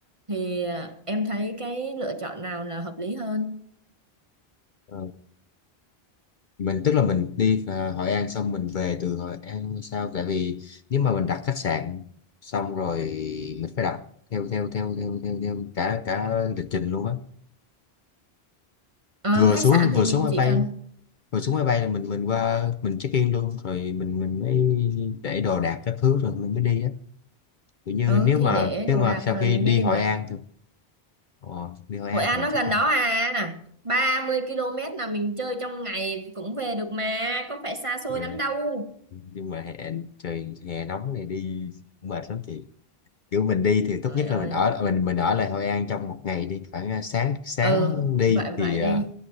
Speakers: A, on the right (about 30°); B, on the left (about 55°).
A: thì à, em thấy cái lựa chọn nào là hợp lý hơn
B: ờ, mình tức là mình đi ờ, Hội An xong mình về từ Hội An sao tại vì nếu mà mình đặt khách sạn xong rồi mình phải đặt theo theo theo theo theo, theo cả cả lịch trình luôn á
A: Ờ,
B: vừa
A: khách
B: xuống
A: sạn thì
B: vừa xuống
A: mình
B: máy
A: chỉ
B: bay
A: cần
B: rồi xuống máy bay là mình mình qua mình check in luôn rồi mình mình mới để đồ đạc các thứ rồi mình mới đi á Kiểu như
A: ừ
B: nếu
A: thì
B: mà
A: để
B: nếu
A: đồ
B: mà
A: đạc
B: sau
A: là
B: khi
A: mình
B: đi
A: mới đi
B: Hội
A: mà
B: An thôi Ồ, đi Hội An
A: Hội An
B: thì mình
A: nó
B: chắc
A: gần
B: ăn
A: đó à 30 km là mình chơi trong ngày cũng về được mà có phải xa xôi
B: Ừ,
A: lắm đâu
B: nhưng mà hè trời hè nóng này đi cũng mệt lắm chị kiểu mình đi thì tốt
A: trời
B: nhất
A: ơi
B: là mình ở mình mình ở lại Hội An trong một ngày đi khoảng à, sáng sáng
A: ừ
B: đi
A: vậy
B: thì
A: vậy
B: à,
A: đi